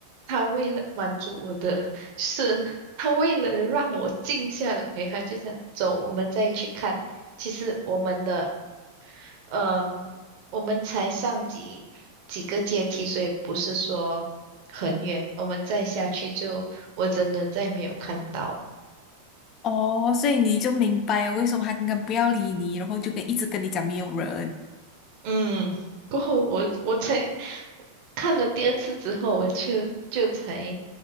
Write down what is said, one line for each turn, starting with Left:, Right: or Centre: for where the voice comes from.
Right: 他为了满足我的，就是他为了让我静下来，他就想走，我们再去看。其实我们的嗯，我们才上几几个阶梯，所以不是说很远。我们再下去就，我真的再没有看到。
Left: 哦，所以你就明白了为什么他刚刚不要理你，然后就跟一直跟你讲没有人。
Right: 嗯，过后我我才看了第二次之后，我就就才，